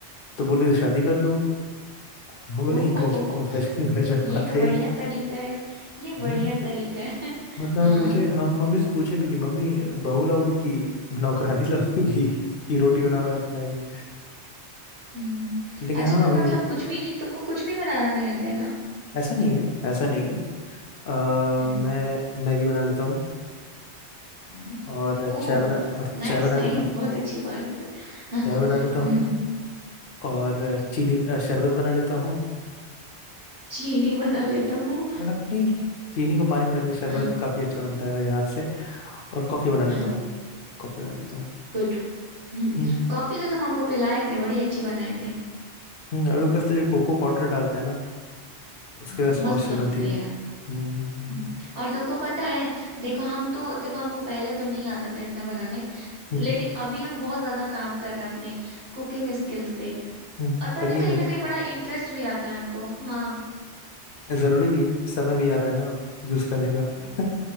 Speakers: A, on the left; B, on the right.
A: तो बोले शादी कर लो हम बोले
B: ओहो
A: गज गज गजब
B: ये
A: बात
B: तो
A: है
B: बढ़िया
A: ये तो
B: तरीका है ये बढ़िया
A: हम्म,
B: तरीका है <laughs>
A: मतलब
B: हाँ
A: हम पूछे हम मम्मी से पूछे भी कि मम्मी बहू लाओगी कि नौकरानी लाओगी कि रोटी बना बना खिलाएगी
B: हम्म
A: लेकिन
B: अच्छा
A: हाँ
B: तुम
A: वही
B: मतलब
A: है
B: कुछ भी नहीं तुमको कुछ भी बनाना नहीं आता है ना
A: ऐसा नहीं है ऐसा नहीं है अ,
B: हम्म
A: मैं मैगी बना लेता हूँ
B: हम्म
A: और
B: ओ
A: चाय बना और
B: नाइस
A: चाय बना
B: नाइस
A: लेता हूँ
B: बहुत अच्छी बात <laughs> हम्म
A: चाय बना लेता हूँ और चीनी अ, शरबत बना लेता हूँ
B: चीनी बना लेता हूँ
A: मतलब नहीं चीनी को पानी में डाल के शरबत
B: हाँ
A: काफी अच्छा बनता है मेरे हाथ से और कॉफी बना लेता
B: हाँ
A: हूँ कॉफी बना लेता हूँ
B: गुड हम्म
A: हम्म
B: कॉफी तो तुम हमको पिलाए थे बड़ी अच्छी बनाए थे
A: हम्म, और ऊपर से जो कोको पाउडर डालते हैं ना उसके
B: हाँ
A: वजह से
B: मस्त
A: बहुत से
B: लगती
A: बनती है
B: है यार
A: हम्म हम्म हम्म
B: हम्म, और तुमको पता है देखो हम तो देखो हमको पहले तो नहीं आता था इतना बनाने
A: हम्म,
B: लेकिन अभी हम बहुत ज्यादा काम कर रहे हैं अपने कुकिंग स्किल्स पे
A: हम्म,
B: और पता
A: करिए
B: है कहीं
A: करिए
B: ना कहीं बड़ा इंटरेस्ट भी आता है हमको हाँ
A: जरूरी भी है समय भी आ रहा है ना अब यूज करने का
B: हम्म।
A: <laughs>